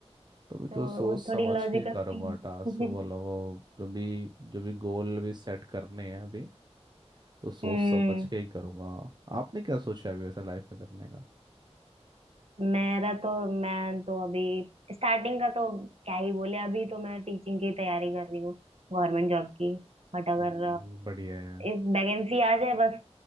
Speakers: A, on the right; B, on the right.
A: तो भी
B: तो
A: तो सोच
B: वो
A: समझ
B: थोड़ी लॉजिकल
A: के करूंगा
B: थी।
A: टास्क बोलो
B: <laughs>
A: वो जो भी जो भी गोल भी सेट करने हैं अभी तो सोच
B: हम्म
A: समझ के ही करूंगा आपने क्या सोचा है अभी वैसे लाइफ में करने का
B: मेरा तो मैं तो अभी स्टार्टिंग का तो क्या ही बोले अभी तो मैं टीचिंग की तैयारी कर रही हूँ गवर्नमेंट जॉब की बट अगर
A: हम्म, बढ़िया है
B: एक वैकेंसी आ जाए बस